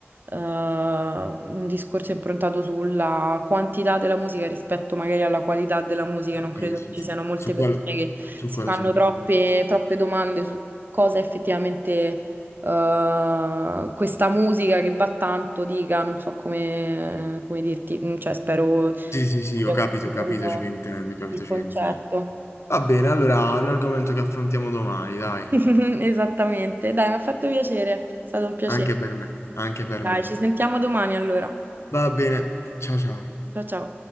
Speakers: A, on the right (about 50°); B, on the left (about 85°).
A: un discorso improntato sulla quantità della musica rispetto magari alla qualità della musica. Non credo
B: Sì, sì,
A: che ci
B: sì.
A: siano molte
B: Su
A: persone
B: quello, su
A: si
B: quello
A: fanno
B: sono
A: troppe,
B: d'accordo.
A: troppe domande su cosa effettivamente eh, questa musica che va tanto dica, non so come, come dirti, mm, cioè spero
B: Sì, sì,
A: abbia
B: sì, ho capito,
A: capito
B: ho capito
A: il,
B: ciò che intendi, ho capito
A: il
B: ciò
A: concetto.
B: che intendi. Va bene, allora è un argomento che affrontiamo domani, dai.
A: <laughs> Esattamente, dai, mi ha fatto piacere, è stato un piacere.
B: Anche per me, anche per
A: Dai,
B: me.
A: ci sentiamo domani allora.
B: Va bene, ciao ciao.
A: Ciao ciao.